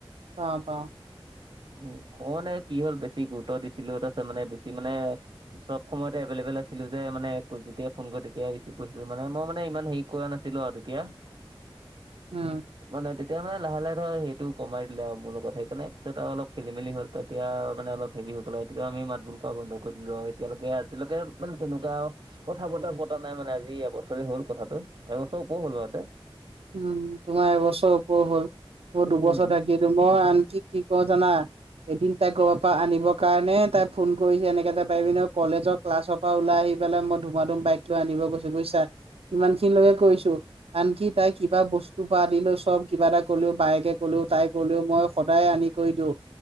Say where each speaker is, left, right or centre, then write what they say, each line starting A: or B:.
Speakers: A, on the right; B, on the right.
A: পাওঁ পাওঁ।
B: উ মইয়ো মানে কি হ'ল, বেছি গুৰুত্ব দিছিলো তাছত মানে বেছি মানে চব সময়তে এভেলেবল আছিলো যে মানে কোটগুটিয়ে ফোন কৰে তেত- এতিয়া‌ ৰিচিভ কৰিছিলো, মানে মই মানে ইমান হেৰি কৰা নাছিলো আৰু তেতিয়া।
A: উম।
B: মানে তেতিয়া মানে লাহে লাহে ধৰ সেইটো কমাই দিলে আৰু মোৰ লগত সেইকাৰণে পিছত আও অলপ খেলি মেলি হ'ল তাক তিয়া মানে অলপ হেৰি হৈ গল আৰু তেতিয়া আও, তেতিয়া আমি মাত বোৰ খ বন্ধ কৰি দিলো আৰু এতিয়ালৈকে আজিলৈকে মানে তেনেকুৱা আও কথা বতৰা পতা নাই মানে আজি এবছৰে হল কথাটো, এবছৰ ওপৰ হ'ল বাৰতে।
A: উম তোমাৰ এবছৰ ওপৰৰ হ'ল, মো
B: উম
A: দুবছৰ থাকি দোম আনকি, কি ক জানা? এদিন তাইক ঘৰৰ পৰা আনিবৰ কাৰণে তাই ফোন কৰিছে, এনেকে তাই পাৰিবি ন কলেজক ক্লাছৰ পৰা ওলাই আহি পেলাই মই ধুমা ধুম বাইক লৈ আন গৈছো, বুইছা? ইমান খিনিলৈকে কৰিছো, আনকি তাই কিবা বস্তু পৰা আদি লৈ, চব কিবা এটা কলেও বায়েকে ক'লেও, তাই কলেও মই সদায় আনি কৰি দিও।